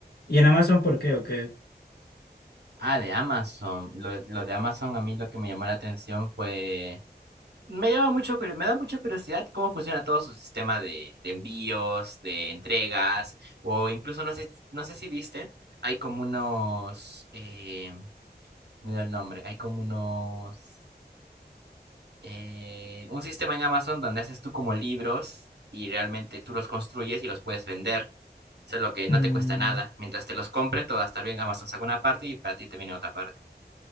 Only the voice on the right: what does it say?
Ah, de Amazon. Lo, lo de Amazon a mí lo que me llamó la atención fue Me llama mucho, curio- me da mucha curiosidad cómo funciona todo su sistema de, de envíos, de entregas, o incluso no sé, no sé si viste, hay como unos, eh, me da el nombre, hay como unos, eh, un sistema en Amazon donde haces tú como libros y realmente tú los construyes y los puedes vender, eso es lo que
no te cuesta nada, mientras te los compren todo va a estar bien, Amazon saca una parte y para ti te viene otra parte,